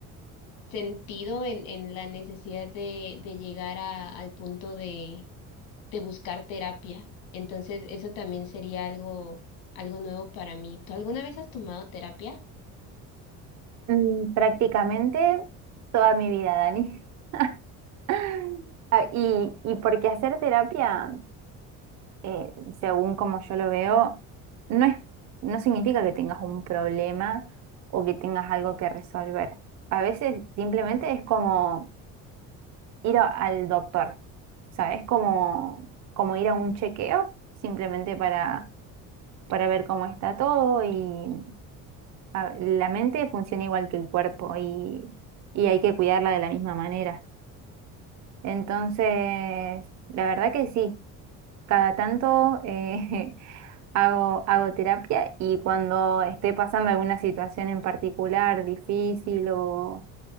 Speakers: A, on the left; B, on the right.
A: sentido en, en la necesidad de, de llegar a, al punto de de buscar terapia. Entonces, eso también sería algo, algo nuevo para mí. ¿Tú alguna vez has tomado terapia?
B: Mm, prácticamente toda mi vida, Dani. <laughs> Ah, Y, y porque hacer terapia eh, según como yo lo veo, no es, no significa que tengas un problema o que tengas algo que resolver. A veces simplemente es como ir a- al doctor, ¿sabes? Como, como ir a un chequeo, simplemente para, para ver cómo está todo y a- la mente funciona igual que el cuerpo y, y hay que cuidarla de la misma manera. Entonces, la verdad que sí. cada tanto eh, <laughs> hago, hago terapia y cuando esté pasando alguna situación en particular difícil o,